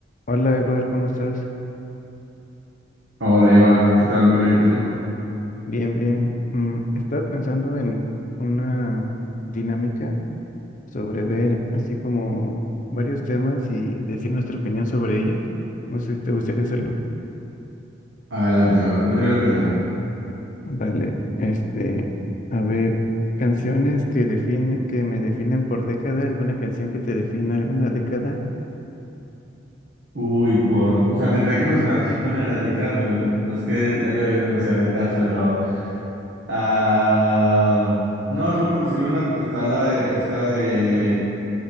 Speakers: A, on the left (about 45°); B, on the right (about 80°).
A: Hola Eduardo, ¿cómo estás?
B: Hola Iván, ¿qué tal? Muy bien, ¿y tú?
A: Bien, bien. Mm, estaba pensando en una dinámica sobre ver así como varios temas y decir nuestra opinión sobre ellos. No sé si te gustaría hacerlo.
B: Adelante, a ver, ¿cuál sería la primera?
A: Vale, este, a ver, canciones que define, que me definen por década, alguna canción que te defina alguna década.
B: Uy, por, o sea, tendría que mencionar <laughs> cada una de las décadas, bueno, no es que haya habido demasiadas décadas, pero, ah, no, solo por decir una, está la de, esta de,